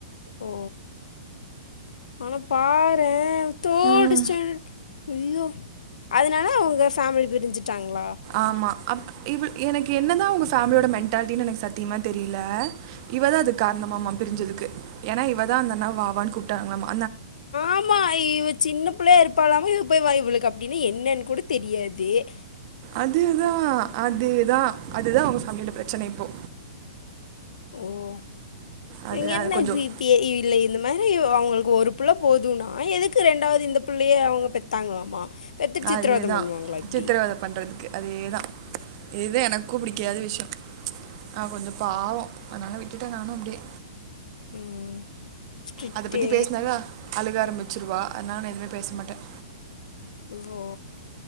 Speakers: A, on the left (about 75°); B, on the right (about 45°).
A: ஓ ஆனா பாரேன் தோடு
B: ம்
A: ச ஐய்யோ அதனால அவங்க ஃபேமிலி பிரிஞ்சு ட்டாங்லா
B: ஆமா. அப் இவள் எனக்கு என்ன தான் அவுங்க ஃபேமிலியோட மென்ண்டாலிட்டின்னு எனக்கு சத்தியமா தெரியல இவ தான் அதுக்கு காரணமாம்மா பிரிஞ்சதுக்கு ஏன்னா இவ தான் அந்தண்ணாவ வாவான்னு கூப்ட்டாங்களாம்மா
A: ஆமா இவ சின்ன புள்ளையா இருப்பாலாமா இப்பைவாய் இவளுக்கு அப்டின்னா என்னன்னு கூட தெரியாது தே
B: அதுதான் அதுதான் அதுதான் அவுங்க பேமிலியோட பிரச்சனை இப்போ
A: ஓ
B: அது
A: இவங்க என்ன
B: அது கொஞ்சம்
A: <unintelligible> இல்ல இந்த மாரி ப்போ அவங்களுக்கு ஒரு புள்ள போதுனா எதுக்கு ரெண்டாவது இந்த புள்ளைய அவங்க பெத்தாங்களாமா பெத்துட் சித்திரவத
B: அதுதான்
A: பண்ணுவாங்களா இப்டி
B: சித்திரவதை பண்றதுக்கு அதேதான் இது தான் எனக்கும் பிடிக்காத விஷயம் ஆஹ் கொஞ்சம் பாவம் அதனால விட்டுட்டேன் நானும் அப்படியே
A: ம் ஸ்ரிட்டு
B: அத பத்தி பேசினாவே அழுக ஆரம்பிச்சிடுவா அதனால நான் எதுவுமே பேச மாட்டேன்
A: வோ